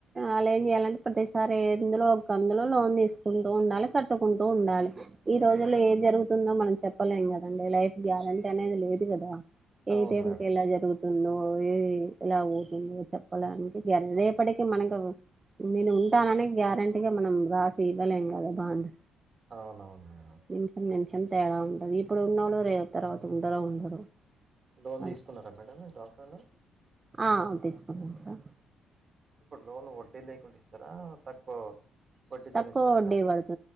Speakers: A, on the right (about 30°); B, on the right (about 45°).
A: అళ్ ఏం చెయాలంటే ప్రతిసారి ఏందులో ఒక అందులో లోన్ తీసుకుంటూ ఉండాలి కట్టుకుంటు ఉండాలి ఈ రోజుల్లో ఏ జరుగుతుందో మనం చెప్పలేం కదండి లైఫ్ గ్యారంటీ అనేది లేదు కదా ఏ
B: అవును
A: టైం
B: మేడం
A: కి ఎలా జరుగుతు <unintelligible> తుందో ఇది ఎలా పోతుందో చెప్పడానికి గ రేపటికి మనకు నేను ఉంటాననే గ్యారంటీగా మనం రాసి ఇవ్వలేం కదా బాండ్
B: అవునవును మేడం
A: నిమిషం నిమిషం తేడా ఉంటది ఇప్పుడు ఉన్నోళ్లు రే తర్వాత ఉంటరో ఉండరో
B: లోన్
A: అలా
B: తీసుకున్నారా మేడం డ్వాక్రాలో
A: ఆ తీసుకున్నం సార్
B: ఇప్పుడు లోన్ లు వడ్డీ లేకుండ ఇస్తారా తక్కువ వడ్డీతోని
A: తక్కువ
B: ఇస్తారా
A: వడ్డీ
B: బ్యాంకు
A: పడుత్